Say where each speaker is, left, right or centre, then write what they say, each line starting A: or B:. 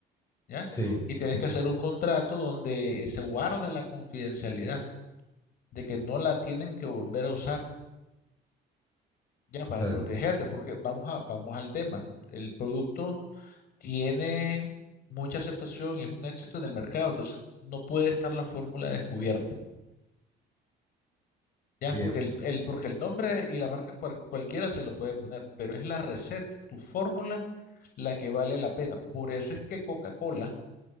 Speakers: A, on the left; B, on the left.
A: ¿ya?
B: sí,
A: Y tienes que hacer un contrato donde eh, se guarda la confidencialidad, de que no la tienen que volver a usar. ya para
B: claro,
A: protegerte, porque vamos a, vamos al tema. El producto tiene mucha aceptación y es un éxito en el mercado, entonces no puede estar la fórmula descubierta, ya,
B: bien,
A: porque el, el- porque el nombre y la marca cual- cualquiera se lo puede poner, pero es la receta, tu fórmula, la que vale la pena. Por eso es que Coca-Cola